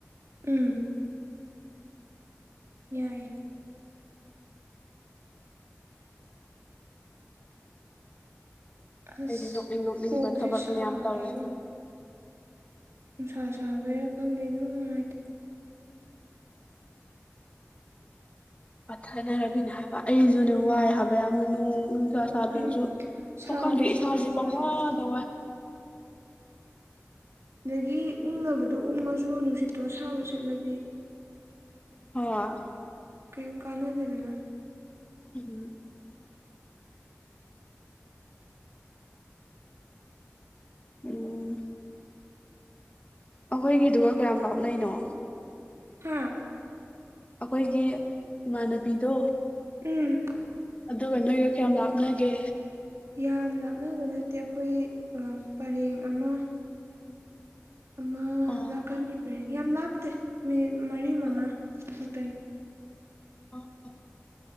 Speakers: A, on the right; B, on the left.
A: ꯎꯝ ꯌꯥꯏ ꯑꯁ
B: ꯑꯩꯗꯤ ꯅꯣꯛꯅꯤꯡ ꯅꯣꯛꯅꯤꯡꯕ
A: ꯀꯣꯛꯒꯁꯦ
B: ꯊꯕꯛꯅꯦ
A: ꯁꯥꯣ
B: ꯌꯥꯝ ꯇꯧꯔꯦ
A: ꯅꯨꯡꯁꯥ ꯁꯥꯕꯔꯥ ꯈꯪꯗꯦ ꯑꯗꯨꯝ ꯅꯨꯡꯉꯥꯏꯇꯦ
B: ꯄꯠꯊꯅꯔꯕꯤꯅꯦ ꯍꯥꯏꯕ ꯑꯩꯁꯨꯅꯦ ꯋꯥꯏ ꯍꯥꯏꯕ ꯌꯥꯝꯅ ꯅꯣꯡ ꯆꯗ꯭ꯔꯁꯨ
A: ꯎꯝ ꯁꯥꯕꯁꯦ
B: ꯁꯨꯝ ꯈꯪꯗꯦ ꯏꯁꯥꯁꯦ
A: ꯌꯥꯝ ꯋꯥꯏꯑꯦꯕ
B: ꯄꯪꯋꯥꯗ ꯋꯥꯏ
A: ꯑꯗꯒꯤ ꯎꯪꯅꯕꯗꯣ ꯎꯉꯁꯨ ꯅꯨꯡꯁꯤꯠꯇꯣ ꯑꯁꯥꯕ ꯆꯠꯂꯗꯤ
B: <unintelligible>
A: ꯀꯣꯃ ꯀꯥꯅꯗꯦꯗꯅ
B: <unintelligible> ꯎꯝ ꯑꯩꯈꯣꯏꯒꯤꯗꯨꯒ ꯀꯌꯥꯝ ꯂꯥꯞꯅꯅꯣ
A: ꯍꯥꯥ
B: ꯑꯩꯈꯣꯏꯒꯤ ꯏꯃꯥꯟꯅꯕꯤꯗꯣ
A: ꯎꯝ
B: ꯑꯗꯨꯒ ꯅꯣꯏꯒ ꯀꯌꯥꯝ ꯂꯥꯞꯅꯒꯦ
A: ꯌꯥꯝ ꯂꯥꯞꯅꯕ ꯅꯠꯇꯦ ꯑꯩꯈꯣꯏ ꯄꯔꯦꯡ ꯑꯃ ꯑꯃ
B: ꯑꯣ
A: ꯅꯥꯀꯟꯒꯤ ꯄꯔꯦꯡ ꯌꯥꯝ ꯂꯥꯞꯇꯦ ꯃꯤꯅꯤꯠ ꯃꯔꯤ ꯃꯉꯥ
B: ꯑꯣ
A: ꯈꯛꯇꯅꯦ
B: <unintelligible>